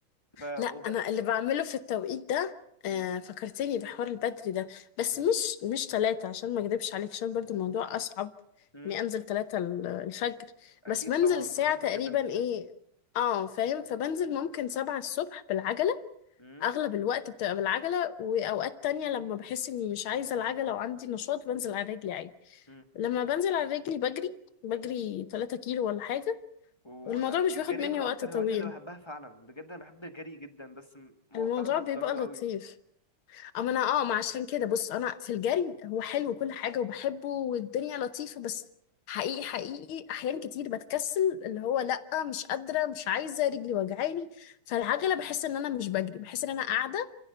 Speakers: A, on the left; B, on the left.
A: ف وب...
B: لا انا اللي بعمله في التوقيت ده آه
A: م-
B: فكرتني بحوار البدري ده بس
A: م-
B: مش مش ثلاثة عشان ما اكدبش عليك عشان برضو الموضوع اصعب
A: م-
B: اني انزل ثلاثة الفجر
A: اكيد
B: بس بنزل
A: طبعا
B: الساعة
A: بالنسبة
B: تقريبا
A: كبنت يعني
B: ايه اه فاهم فبنزل ممكن سبعة الصبح بالعجلة
A: م-
B: اغلب الوقت بتبقى بالعجلة واوقات تانية لما بحس اني مش عايزة العجلة وعندي نشاط بنزل على رجلي عادي
A: م.
B: لما بنزل على رجلي بجري بجري 3 كيلو ولا حاجة
A: وانا
B: والموضوع مش
A: الجري
B: بياخد مني
A: من اكتر
B: وقت طويل
A: الهوايات اللي بحبها فعلا بجد انا بحب الجري جدا بس م- مؤخرا
B: الموضوع
A: ما عدتش
B: بيبقى
A: بعمله
B: لطيف
A: قوي
B: اما انا اه ما عشان كده بص انا في الجري هو حلو كل حاجه وبحبه والدنيا لطيفه بس حقيقي حقيقي احيان كتير بتكسل اللي هو لا مش قادره مش عايزه رجلي وجعاني فالعجله بحس ان انا مش بجري بحس ان انا قاعده